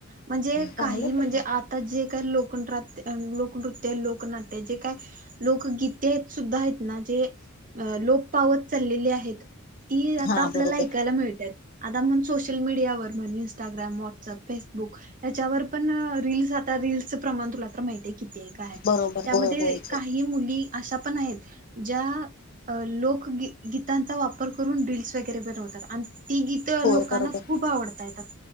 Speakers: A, on the right; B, on the left.
A: म्हणजे
B: चांगलंच
A: काही म्हणजे
B: आहे. ना.
A: आता जे काही लोकं राहते लोकनृत्य लोकनाट्य जे काय लोकगीते सुद्धा आहेत ना जे लोक पावत चाललेले आहेत ती आता
B: हा
A: आपल्याला
B: बरोबर
A: ऐकायला मिळतेात आता म सोशल मीडियावर म्हण इस्टाग्राम व्हॉट्सअप फेसबुक याच्यावर पण रील आता रीलसचं प्रमाण तुला माहितीय क का
B: बरोबर
A: त्यामध्ये
B: होय होय
A: काही मुली अशा पण आहेत ज्या लोक गीतांचा वापर करून रीलस वगैरे बनवतात आणि ती गीतं
B: होय
A: लोकांना
B: बरोबर
A: खूप आवडतय आहेत